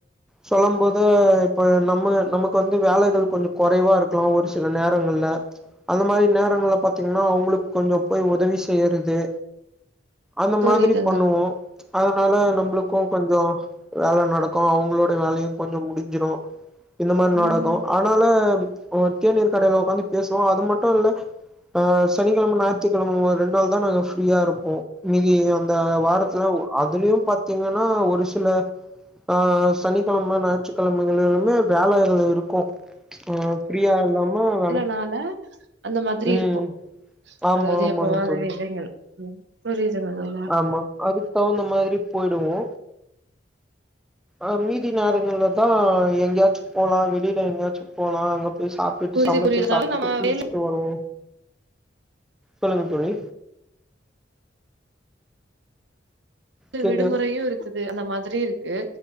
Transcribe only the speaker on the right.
புரியுதுங்க
ம்
ஆல அந்த மாதிரி
இருக்கு
அதாது
எப்பவாது
இலைங்கள் ம் புரியுதுங்களா
புரியுது
புரியுது அதாவது
நம்ம
வேலை
விடுமுறையு இருக்குது அந்த மாதிரி இருக்கு